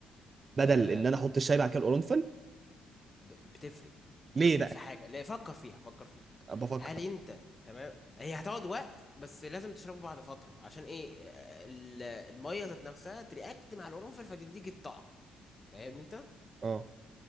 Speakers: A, on the right; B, on the left.
A: بدل
B: مم.
A: ان انا احط الشاي بعد كده القرنفل
B: ب- بتفرق
A: ليه
B: تفرق
A: بقى؟
B: في حاجه لا فكر فيها فكر فيها
A: أنا بفكر
B: هل انت تمام هي هتقعد وقت بس لازم تشربه بعد فتره عشان ايه آه، ال- الميه ذات نفسها ترياكت مع القرنفل فتديك الطعم فاهم انت
A: اه